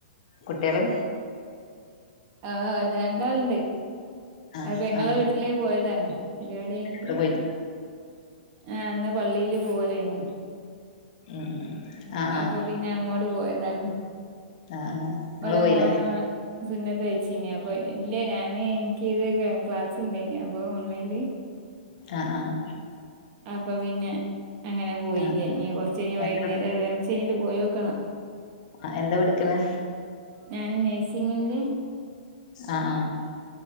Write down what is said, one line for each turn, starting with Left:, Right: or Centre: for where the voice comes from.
Left: കുട്ടികള്?
Right: ആഹ് രണ്ടാളുണ്ട്.
Left: ആഹ്
Right: അവര് പെങ്ങളെ
Left: ആഹ്
Right: വീട്ടില് പോയതാണ്. പരിവാടി കൈഞ്ഞിട്ട്,
Left: അവിടെ പോയി
Right: ആഹ് ഇന്ന് പള്ളീല് പോവലേയിനു.
Left: <unintelligible>
Right: അപ്പ
Left: ആഹ്
Right: പിന്നെ അങ്ങോട് പോയതാണ്.
Left: ആഹ് ആഹ് നിങ്ങള്
Right: ഓരെ
Left: പോയില്ലേ
Right: മോനെ സുന്നത്തയ്ചിന്. അപ്പൊ ഇല്ല ഞാന് എനിക്ക് ഇത് ക്ലാ ക്ലാസ്‌ണ്ടേയിന് അപ്പൊ ഓൺലൈനില്
Left: ആഹ് ആഹ്
Right: അപ്പൊ പിന്നെ അങ്ങനെ പോയില്യ,
Left: ആഹ്
Right: ഇനി കൊറച്ചയിഞ് വൈകുന്നേരം
Left: എന്താ
Right: കൊറച്ചയിഞ്ഞിട്ട് പോയോക്കണം.
Left: ആഹ് എന്താ പഠിക്ക്ണ്?
Right: ഞാന് നേഴ്സിംഗില്
Left: ആഹ് ആഹ്